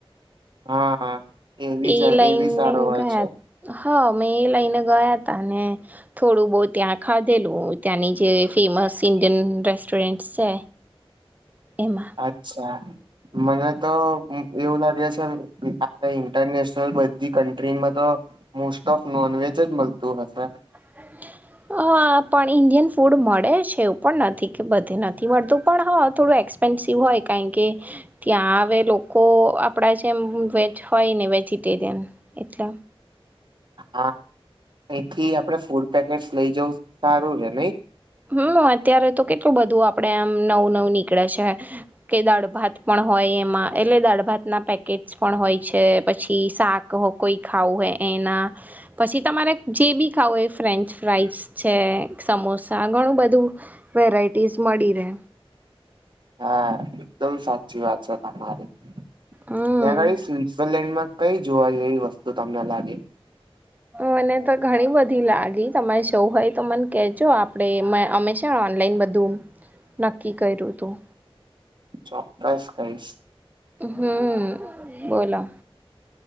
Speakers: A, on the right; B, on the right.
A: હા એવી
B: એ
A: જ
B: લઈનને
A: એવી સારું હોય
B: ગયા
A: છે
B: હ અમે એ લઈને ગયા તા અને થોડું બો‌ ત્યાં ખાધેલું ત્યાંની જે ફેમસ ઇન્ડિયન રેસ્ટરેન્ટ છે. એમાં
A: અચ્છા મને તો એવું લાગે છે આ ઈન્ટરનેશનલ બધી કન્ટ્રીમાં તો મોસ્ટ ઓફ નોન વેજ જ મલતું હશે.
B: <unintelligible> હા પણ ઇન્ડિયન ફૂડ મળે છે એવું પણ નથી કે બધે નથી મળતું પણ હા થોડું એ એક્સપેન્સિવ હોય કારણ કે ત્યાં હવે લોકો આપડા જેમ વેજ હોય ને વેજ વજિટેરિયન એટલે
A: હા અહીથી આપડે ફૂડ પેકેટ લઈ જવું સારું રે નઈ
B: હમ અત્યારે તો કેટલું બધું આપડે આમ નવું નવું નીકળે છે કે દાળ ભાત પણ હોય એમાં એટલે દાળ ભાત ના પેકેટસ પણ હોય છે પછી શાક કોઈ ખાવું હોય પછી તમારે જે બી ખાવું એ ફ્રેન્ચ ફ્રાઈસ છે સમો સા ઘણું બધું વેરાયટીસ મળી રહે
A: હા એકદમ સાચી વાત છે તમારી ત્યાં
B: હમ્મ.
A: આગળી સ્વિઝરલેન્ડમાં કઈ જોવા જેવી વસ્તુ તમને લાગી
B: મને તો ઘણી લાગી તમે સૌ હોય તો મને કેજો આપે હંમેશા ઓનલાઈન બધું નક્કી કર્યું તું
A: ચોક્કસ કઈશ
B: હમ બોલો